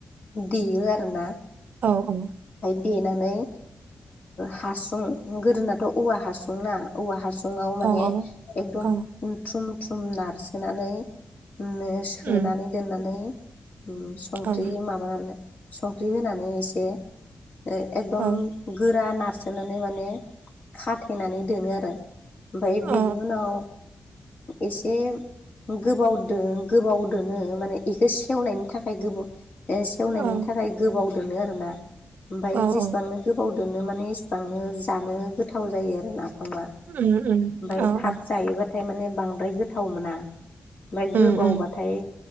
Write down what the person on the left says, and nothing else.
देयो आरो ना।
देनानै हासुं ओ गोदोनाथ' औवा हासुंना औवा हासुं। सुङाव माने
एकदम
थुम थुम नारसोनानै। ओ सोनानै
दोननानै। संख्रि
माबानानै संख्रि होनानै एसे ओ एकदम
गोरा नारसोनानै माने खाथेनानै दोनो आरो। ओमफ्राय
बेनि
उनाव एसे गोबाव दो गोबाव दोनो माने इखौ सेवनायनि थाखाय गोबाव सेवनायनि
थाखाय गोबाव दोनो आरो ना ओमफाय
जेसेबांनो
गोबाव दोनो माने बांनो जानो गोथाव जायो आरो नाफामा ओमफ्राय
थाब
जायोबा थाय माने बांद्राय गोथाव मोना ओमफ्राय
गोबावबाथाय